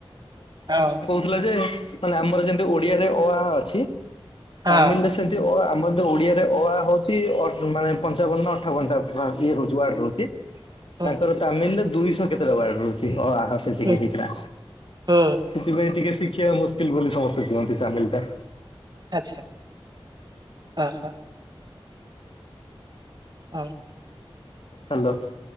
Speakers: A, on the right; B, on the left.
A: ହଁ।
B: ହେଲା ଯେ ମାନେ ଆମର ଯେମତି ଓଡିଆରେ ଅ, ଆ ଅଛି,
A: ହଁ
B: ତାମିଲ ରେ ସେମିତି ଅ ଆ ଆମର ଯଉ ଓଡ଼ିଆରେ ଅ, ଆ ହଉଛି ଅ ମାନେ ପଞ୍ଚାବନ ନା ଅଠାବନ ଟା ଇଏ ରହୁଛି ୱାର୍ଡ଼ ରହୁଛି।
A: ହୁଁ
B: ତାଙ୍କର ତାମିଲ ରେ ଦୁଇଶହ କେତେଟା ୱାର୍ଡ ରହୁଛି, ଅ, ଆ, <unintelligible> ଶିଖେଇ
A: ହୁଁ
B: ଦେଇଥିଲା।
A: ହୁଁ
B: ସେଥିପାଇଁ ଟିକେ ଶିଖିବା ମୁସ୍କିଲ ବୋଲି ସମସ୍ତେ କୁହନ୍ତି ତାମିଲ ଟା।
A: ଆଚ୍ଛା, ହଁ ହଁ। <unintelligible>
B: ହାଲୋ,